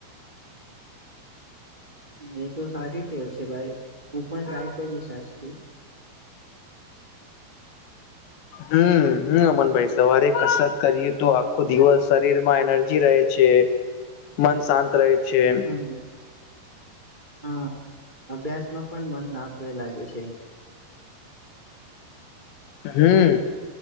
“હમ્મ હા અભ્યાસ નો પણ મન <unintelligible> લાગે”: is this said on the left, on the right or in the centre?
Right